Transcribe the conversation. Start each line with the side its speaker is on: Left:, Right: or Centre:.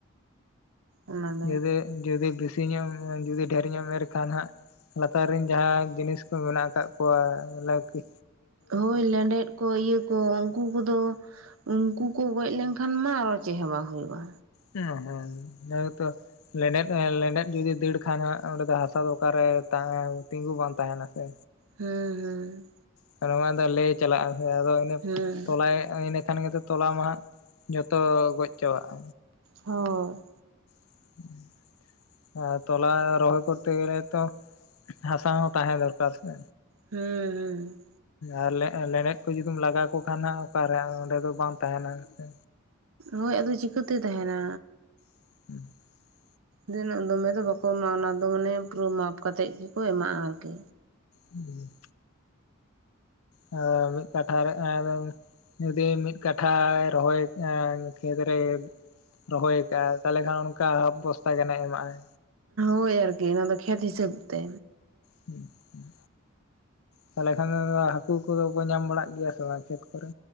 Right: ᱚᱱᱟ ᱫᱚ
Left: ᱡᱩᱫᱤ ᱡᱩᱫᱤ ᱵᱤᱥᱤ ᱧᱚᱜᱼᱮᱢ ᱡᱩᱫᱤ ᱰᱷᱮᱨ ᱧᱚᱜ ᱮᱢ ᱮᱨ ᱠᱷᱟᱱ ᱦᱟᱸᱜ ᱞᱟᱛᱟᱨ ᱨᱮᱱ ᱡᱟᱦᱟᱸ ᱡᱤᱱᱤᱥ ᱠᱚ ᱢᱮᱱᱟᱜ ᱟᱠᱟᱜ ᱠᱚᱣᱟ ᱞᱟᱣᱠᱤ
Right: ᱦᱳᱭ ᱞᱮᱸᱰᱮᱫ ᱠᱚ ᱤᱭᱟᱹ ᱠᱚ ᱠᱩ ᱠᱚᱫᱚ, ᱩᱝᱠᱩ ᱠᱚ ᱜᱚᱡ ᱞᱮᱝᱠᱷᱟᱱ ᱢᱟ ᱟᱨᱚ ᱪᱮᱜ ᱦᱚᱸ ᱵᱟᱝ ᱦᱩᱭᱩᱜᱼᱟ᱾
Left: ᱚᱸ ᱦᱚ ᱤᱱᱟᱹ ᱜᱮᱛᱚ ᱞᱮᱸᱰᱮᱫ ᱮᱸ ᱞᱮᱸᱰᱮᱫ ᱡᱩᱫᱤ ᱫᱟᱹᱲ ᱠᱷᱟᱱ ᱦᱟᱸᱜ ᱚᱸᱰᱮ ᱫᱚ ᱦᱟᱥᱟ ᱫᱚ ᱚᱠᱟᱨᱮ ᱛᱟᱸᱦᱮ ᱛᱤᱸᱜᱩ ᱵᱟᱝ ᱛᱟᱦᱮᱱᱟ ᱥᱮ᱾
Right: ᱦᱩᱸ ᱦᱩᱸ
Left: ᱛᱟᱞᱮ ᱚᱱᱟ ᱫᱚ ᱞᱮᱭ ᱪᱟᱞᱟᱜ ᱟᱥᱮ ᱟᱫᱚ ᱤᱱᱟᱹ
Right: ᱦᱩᱸ ᱦᱩᱸ
Left: ᱛᱚᱞᱟᱭ ᱤᱱᱟᱹ ᱠᱷᱟᱱ ᱜᱮᱛᱚ ᱛᱚᱞᱟ ᱢᱟᱦᱟᱜ ᱡᱚᱛᱚ ᱜᱚᱡ ᱪᱟᱵᱟᱜᱼᱟ᱾
Right: ᱦᱳᱭ᱾
Left: <inaudible> ᱟᱨ ᱛᱚᱞᱟ ᱨᱚᱦᱚᱭ ᱠᱚᱨᱛᱮ ᱜᱮᱞᱮ ᱛᱚ ᱦᱟᱸᱥᱟ ᱦᱚᱸ ᱛᱟᱦᱮᱸ ᱫᱚᱨᱠᱟᱨ ᱥᱮ᱾
Right: ᱦᱮᱸ ᱦᱮᱸ᱾
Left: ᱟᱨ ᱞᱮᱸᱜ-ᱞᱮᱸᱰᱮᱫ ᱠᱚ ᱡᱩᱫᱤᱢ ᱞᱟᱜᱟ ᱠᱚ ᱠᱷᱟᱱ ᱱᱟᱦᱟᱜ ᱚᱠᱟᱨᱮ ᱚᱸᱰᱮ ᱫᱚ ᱵᱟᱝ ᱛᱟᱦᱮᱱᱟ ᱥᱮ᱾
Right: ᱦᱳᱭ, ᱟᱫᱚ ᱪᱤᱠᱟᱹᱛᱮ ᱛᱟᱦᱮᱱᱟ᱾
Left: <inaudible>
Right: ᱛᱤᱱᱟᱹᱜ ᱫᱚᱢᱮ ᱫᱚ ᱵᱟᱠᱚ ᱮᱢᱟᱜᱼᱟ ᱚᱱᱟ ᱫᱚ ᱢᱟᱱᱮ ᱯᱩᱨᱟᱹ ᱢᱟᱯ ᱠᱟ ᱠᱟᱛᱮᱜ ᱜᱮᱠᱚ ᱮᱢᱟᱜᱼᱟ ᱟᱨᱠᱤ᱾
Left: ᱦᱩᱸ᱾ ᱟ ᱢᱤᱫ ᱠᱟᱴᱷᱟ ᱨᱮ ᱚᱱᱟ ᱫᱚᱢ ᱡᱩᱫᱤ ᱢᱤᱫ ᱠᱟᱴᱷᱟᱭ ᱨᱚᱦᱚᱭ ᱟᱸ ᱠᱷᱮᱛᱨᱮ ᱨᱚᱦᱚᱭ ᱠᱟᱜᱼᱟ ᱛᱟᱦᱚᱞᱮ ᱠᱷᱟᱱ ᱚᱱᱠᱟ ᱦᱟᱵ ᱵᱚᱥᱛᱟ ᱜᱟᱱᱮ ᱮᱢᱟᱜᱼᱟᱭ᱾
Right: ᱦᱳᱭ ᱟᱨᱠᱤ ᱤᱱᱟᱹ ᱫᱚ ᱠᱷᱮᱛ ᱦᱤᱥᱟᱹᱵ ᱛᱮ᱾
Left: ᱦᱮᱸ ᱦᱮᱸ᱾ ᱛᱟᱦᱚᱞᱮ ᱠᱷᱟᱱ ᱫᱚ ᱟᱫᱚ ᱦᱟᱹᱠᱩ ᱠᱚᱫᱚ ᱠᱚ ᱧᱟᱢ ᱵᱟᱲᱟᱜ ᱜᱮᱭᱟ ᱥᱮ ᱵᱟᱝ ᱠᱷᱮᱛ ᱠᱚᱨᱮ?